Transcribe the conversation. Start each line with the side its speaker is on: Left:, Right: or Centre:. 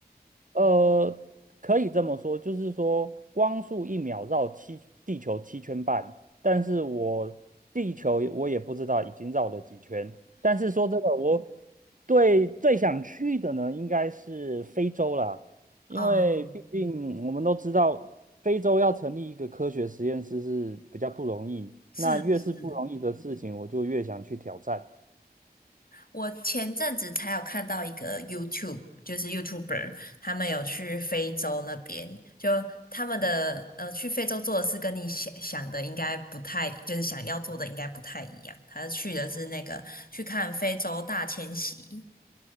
Right: 呃，可以这么说，就是说光速一秒绕七地球七圈半，但是我地球我也不知道已经绕了几圈。但是说真的，我对最想去的呢，应该是非洲啦，因为毕竟我们都知道，
Left: 啊、
Right: 非洲要成立一个科学实验室是比较不容易。
Left: 是
Right: 那越是不容易的事情，我就越想去挑战，
Left: 我前阵子才有看到一个 YouTube，就是 YouTuber，他们有去非洲那边，就他们的呃去非洲做的事跟你想想的应该不太，就是想要做的应该不太一样。他去的是那个去看非洲大迁徙，